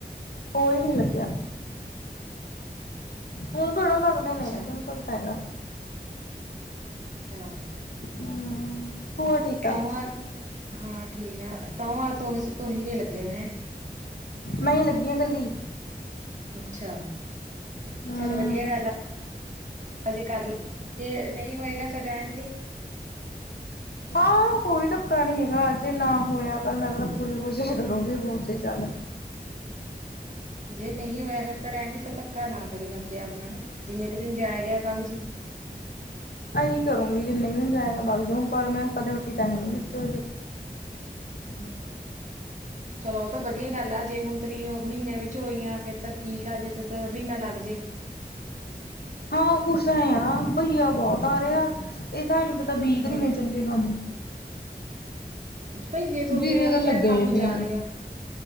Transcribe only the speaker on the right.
ਅੱਛਾ
ਚਾ,
ਤੌ ਹਾਂ ਠੀਕ ਆ ਤੌ ਆ ਤੁ ਤੁਹੀ ਓ ਲੱਗੇ ਹੋ ਹੈਂ।
ਅੱਛਾ,
ਚਲ ਵਧੀਆ ਗੱਲ ਆ। ਅਜੇ ਕਰਲਾ ਜੇ ਨਹੀ ਹੋਏਗਾ ਤਾਂ ਰਹਿਣ ਦੀ।
ਜੇ ਨਹੀਂ ਹੋਇਆ ਫਿਰ ਤਾਂ ਰਹਿਣ ਦੀ ਫਿਰ ਧੱਕਾ ਨਾ ਕਰੀ ਆਪਦੇ ਆਪ ਨਾਲ ਜਿੰਨੇ ਕੁ ਦਿਨ ਜਾਇਆ ਗਿਆ ਬਗ ਜੀ
ਨਾ, ਚਲੋ ਉਹ ਤਾਂ ਵਧੀਆ ਗੱਲ ਆ ਜੇ ਹੁਣ ਤੇਰੀ ਉਹ ਮਹੀਨਿਆਂ ਵਿੱਚ ਹੋਈ ਆ ਫੇਰ ਤਾਂ ਠੀਕ ਆ ਜੇ ਤੇ ਮਹੀਨਾ ਲੱਗ ਜੇ।
ਹੂੰ
ਭਈ ਜੇ ਥੋਡੇ
ਆਲੀ
ਸਾਈਡ
ਕੰਮ
ਜ਼ਾਆਦੇ ਆ,